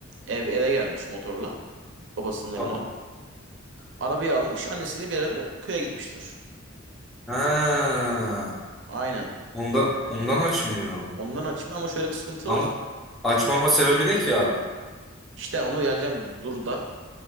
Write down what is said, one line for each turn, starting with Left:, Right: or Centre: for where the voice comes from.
Right: ev eve gelmiş motorla. Babasının evine.
Centre: Tamam.
Right: Arabayı almış annesiyle beraber köye gitmişler.
Centre: Ha.
Right: Aynen.
Centre: Ondan, ondan açmıyor.
Right: Ondan açmıyor ama şöyle bir sıkıntı
Centre: Ama
Right: var.
Centre: açmama sebebi ne ki abi?
Right: İşte onu geleceğim dur da.